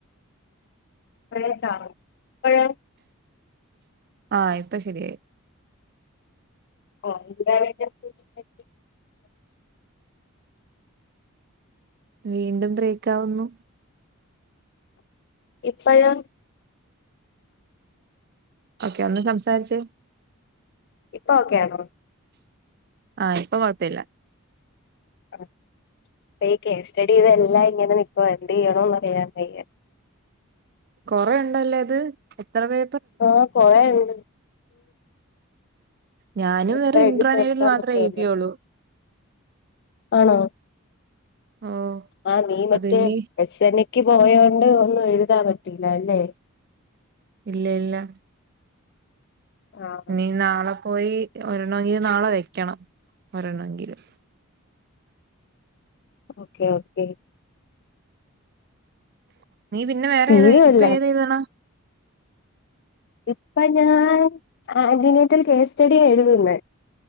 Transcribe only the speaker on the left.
പ്രേതാണോ ഇപ്പഴോ
ഓഫ് ഇതാരാ ഇതിൻ്റകത്ത് വെച്ചത്
ഇപ്പഴോ
ഇപ്പം ഓക്കെണോ
പ്പ ഈ കേസ് സ്റ്റഡിതെല്ലാം ഇങ്ങനെ നിക്കുവാ എന്ത്യ്യണോന്ന്അറിയൻ വയ്യ
ആഹ് കൊറേ ഉണ്ട്
എപ്പ
എഴുതി തീർക്കാൻ
പറ്റുവല്ലോ ആണോ
ആഹ് നിമറ്റേ
എസ് എൻ എക്ക് പോയോണ്ടൊന്നും എഴുതാൻ പറ്റില്ലാല്ലേ
ആഹ്
ഓക്കെ ഓക്കേ
തീരുവല്ല
ഇപ്പൊ ഞാൻ ആന്റിനീറ്റിൽ കേസ്റ്റഡി എഴുതുന്നേ